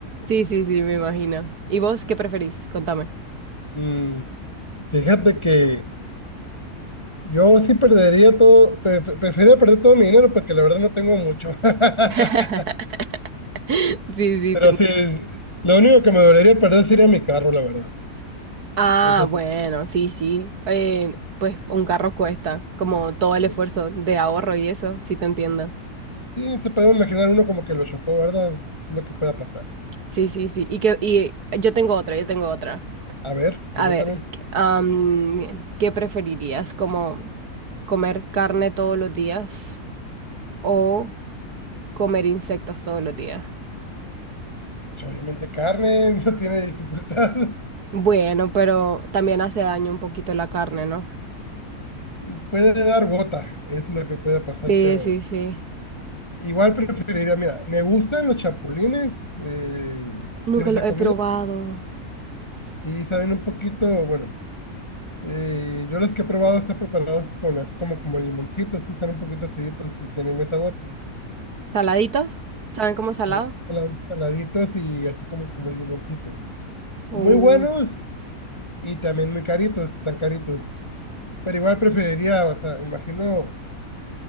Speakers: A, on the right; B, on the left.
A: sí, sí, sí, me imagino. ¿Y vos qué preferís? Contame.
B: Mm, fíjate que yo sí perdería todo, pre- pre- preferiría perder todo mi dinero porque la verdad no tengo mucho. <laughs>
A: <laughs> Sí, sí.
B: Pero
A: te entiendo.
B: sí, lo único que me dolería perder sería mi carro, la verdad.
A: Ah,
B: Eso sí.
A: bueno, sí, sí. Eh, pues un carro cuesta, como todo el
B: Sí,
A: esfuerzo de ahorro y eso, sí te entiendo.
B: sí se puede imaginar uno como que lo chocó, ¿verdad? Es lo que pueda pasar.
A: Sí, sí, sí. Y que y yo tengo otra, yo tengo otra.
B: A ver, pregúntame.
A: A ver, ¿qué am, ¿qué preferirías? ¿Como comer carne todos los días o comer insectos todos los días.
B: pues, obviamente carne, <laughs> no tiene dificultad.
A: Bueno, pero también hace daño un poquito la carne, ¿no?
B: <laughs> Puede dar gota, es lo que puede pasar,
A: Sí,
B: pero
A: sí, sí.
B: igual preferiría, mira, me gustan los chapulines, eh,
A: Nunca
B: si los
A: lo
B: he
A: he
B: comido,
A: probado.
B: y saben un poquito, bueno, eh, yo los que he probado están preparados con así como, como limoncitos, sí, están un poquito aciditos y tienen buen sabor,
A: ¿Saladitos? ¿Saben cómo salado?
B: sal- sala- saladitos y así como, como limoncitos.
A: Uh,
B: Muy buenos y también muy caritos, están caritos. Pero igual preferiría, o sea, me imagino